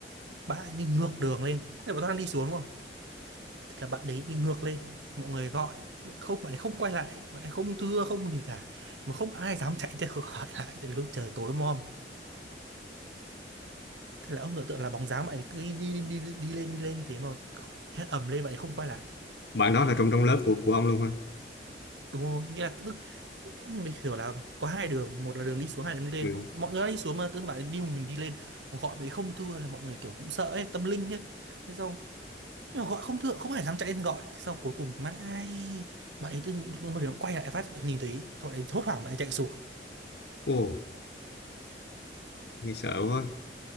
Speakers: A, on the right (about 85°); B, on the left (about 70°).
A: bạn ấy đi ngược đường lên. Thế bọn tôi đang đi xuống đúng không? Thế là bạn đấy đi ngược lên. Mọi người gọi không bạn ấy không quay lại bạn ấy không thưa không gì cả mà không ai dám chạy theo <laughs> khỏi lại tại vì lúc trời tối mòm Thế là ông tưởng tượng là bóng dáng bạn ấy cứ đi, đi, đi, đi lên đi lên như thế mà hét ầm lên bạn ấy không quay lại.
B: bạn đó là trong trong lớp của của ông luôn hả
A: Đúng rồi, nghĩa là tự dưng ông mình hiểu là có hai đường, một là đường đi xuống hai là đường đi lên.
B: ừ.
A: Mọi người đã đi xuống mà tự dưng bạn ấy đi một mình đi lên, Còn gọi bạn ấy không thưa là mọi người kiểu cũng sợ ấy, tâm linh nhá. Thế xong nhưng mà gọi không thưa, không ai dám chạy lên gọi. Thế sau cuối cùng mãi bạn ấy tự dưng lúc mà quay lại phát bạn ấy nhìn thấy, thôi bạn ấy hốt hoảng bạn ấy chạy xuống.
B: ồ nghe sợ quá